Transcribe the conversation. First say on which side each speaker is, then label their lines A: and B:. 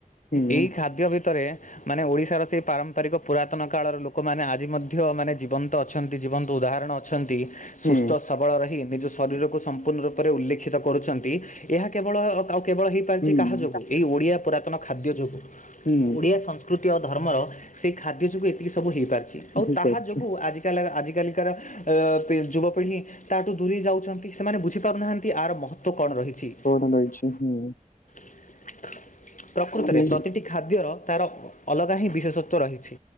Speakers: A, on the left (about 85°); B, on the left (about 65°).
A: ହୁଁ
B: ଏହି ଖାଦ୍ୟ ଭିତରେ ମାନେ ଓଡ଼ିଶାର ସେହି ପାରମ୍ପରିକ ପୁରାତନ କାଳର ଲୋକମାନେ ଆଜି ମଧ୍ୟ ମାନେ ଜୀବନ୍ତ ଅଛନ୍ତି ଜୀବନ୍ତ ଉଦାହରଣ ଅଛ ଛନ୍ତି ସୁସ୍ଥ
A: ହୁଁ
B: ସବଳ ରହି ନିଜସ ଶରୀରକୁ ସମ୍ପୂର୍ଣ୍ଣ ରୂପରେ ଉଲ୍ଲେଖିତ କରୁଛନ୍ତି ଏହା କେବଳ ଆଉ କେବଳ ହୋଇପାରିଚି
A: ହୁଁ
B: କାହା ଯୋଗୁଁ। ଏଇ ଓଡ଼ିଆ ପୁରାତନ ଖାଦ୍ୟ ଯୋଗୁଁ
A: ହୁଁ
B: ଓଡ଼ିଆ ସଂସ୍ କୃତି ଆଉ ଧର୍ମର ସେଇ ଖାଦ୍ୟ ଯୋଗୁ ଏତିକି ସବୁ ହୋଇପାରିଛି ଆଉ
A: ହୁଁ
B: ତାହା
A: ରହିଛି
B: ଯୋଗୁ ଆଜି <unintelligible> ଆଜିକାଲି ତାର ଓ ପି ଯୁବପିଢ଼ି ତା ଟୁ ଦୂରେଇ ଯାଉଚନ୍ତି ସେମାନେ ବୁଝିପାରୁନାହାଁନ୍ତି ଆ ର ମହତ୍ତ୍ଵ କଣ ରହିଛି।
A: କଣ ରହିଛି ହୁଁ।
B: <inaudible> ପ୍ରକୃତରେ
A: ନାଇଁ
B: ପ୍ରତିଟି ଖାଦ୍ୟର ତାର ଅଲଗା ହିଁ ବିଶେଷତ୍ଵ ରହିଛି